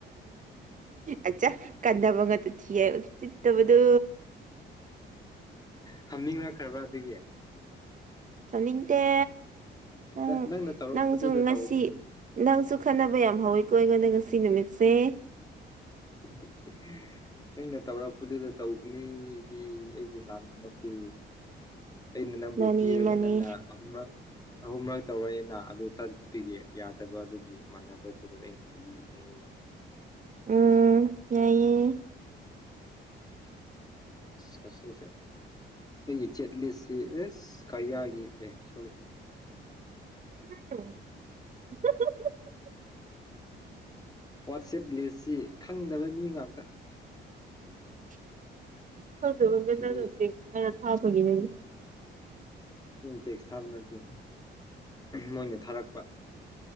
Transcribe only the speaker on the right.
ꯑꯆꯥ ꯀꯟꯗꯕꯉꯛ ꯊꯦꯌꯦ ꯎꯁꯤꯠꯇꯕꯗꯣ
ꯊꯝꯅꯤꯡꯇꯦ ꯅꯪ
ꯅꯪꯁꯨ ꯉꯁꯤ
ꯅꯪꯁꯨ ꯈꯟꯅꯕ ꯌꯥꯝ ꯍꯧꯋꯤꯀꯣ ꯑꯩꯉꯣꯟꯗ ꯉꯁꯤ ꯅꯨꯃꯤꯠꯁꯦ
ꯃꯥꯅꯤ
ꯃꯥꯅꯤ
ꯎꯝ ꯌꯥꯏꯌꯦ
<inaudible>
<inaudible> ꯈꯪꯗꯕ ꯃꯤ
ꯅꯤ ꯉꯅ ꯊꯥꯕꯒꯤꯅꯦ